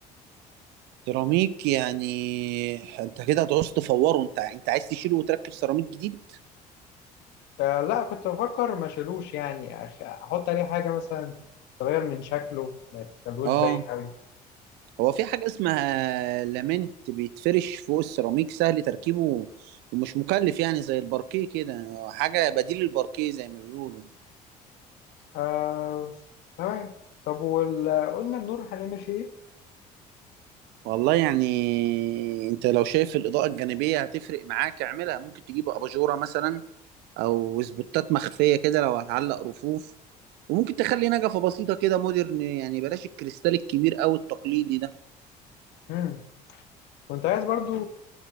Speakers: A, on the right; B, on the left.
A: سيراميك يعني انت كده هتعوز تفوره انت انت عايز تشيله وتركب سيراميك جديد
B: آه، لا كنت بفكر ما أشيلوش يعني أخ- أحط عليه حاجة مثلا تغير من شكله ما يتخلوش
A: اه
B: باين أوي
A: هو في حاجة اسمها لامينت بيتفرش فوق السيراميك سهل تركيبه ومش مكلف يعني زي الباركيه كده حاجة بديل للباركيه زي ما بيقولوا
B: آه، تمام طب وال- قلنا النور هنعمل فيه إيه؟
A: والله يعني انت لو شايف الاضاءه الجانبيه هتفرق معاك اعملها ممكن تجيب اباجوره مثلا او سبوتات مخفيه كده لو هتعلق رفوف وممكن تخلي نجفه بسيطه كده مودرن يعني بلاش الكريستال الكبير او التقليدي ده
B: امم كنت عايز برضو